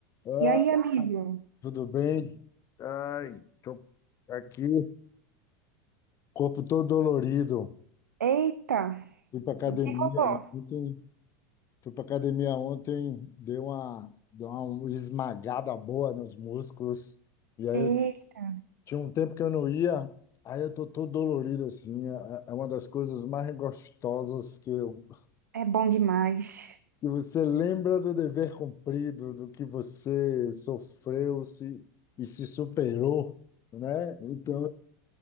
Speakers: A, on the left; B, on the right.
A: Ah,
B: E aí, amigo?
A: tudo bem? Ai, tô aqui, corpo todo dolorido.
B: Eita,
A: Fui para academia
B: o que rolou?
A: ontem, fui para academia ontem, dei uma, dei uma esmagada boa nos músculos. E aí
B: Eita,
A: eu tinha um tempo que eu não ia, aí eu tô todo dolorido assim. É, é uma das coisas mais gostosas que eu
B: é bom demais.
A: que você lembra do dever cumprido, do que você sofreu se, e se superou, né? Então